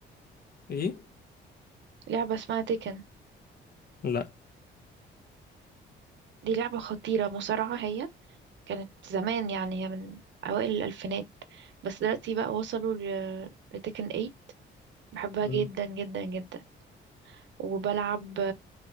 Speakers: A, on the left; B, on the right.
A: ايه
B: لعبة اسمها تكن
A: لا
B: دي لعبة خطيرة مصارعة هي كانت زمان يعني هي من أوائل الألفينات بس دلوقتي بقى وصلوا ل- لتكن 8 بحبها
A: مم.
B: جدا جدا جدا وبلعب